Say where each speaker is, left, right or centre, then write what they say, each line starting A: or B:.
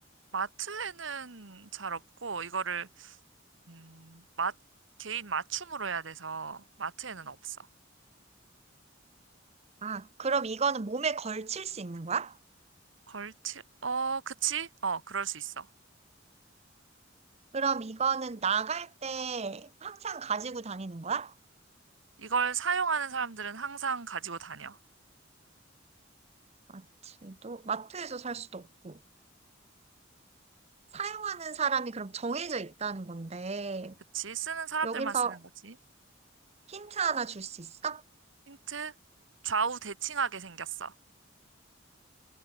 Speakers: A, on the right; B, on the right.
A: 마트에는 잘 없고 이거를 음, 마, 개인 맞춤으로 해야 돼서 마트에는 없어.
B: 아, 그럼 이거는 몸에 걸칠 수 있는 거야?
A: 걸치, 어, 그치? 어, 그럴 수 있어.
B: 그럼 이거는 나갈 때 항상 가지고 다니는 거야?
A: 이걸 사용하는 사람들은 항상 가지고 다녀.
B: 마트도, 마트에서 살 수도 없고. 사용하는 사람이 그럼 정해져 있다는 건데,
A: 그치? 쓰는 사람들만
B: 여기서
A: 쓰는 거지.
B: 힌트 하나 줄 수 있어?
A: 힌트? 좌우 대칭하게 생겼어.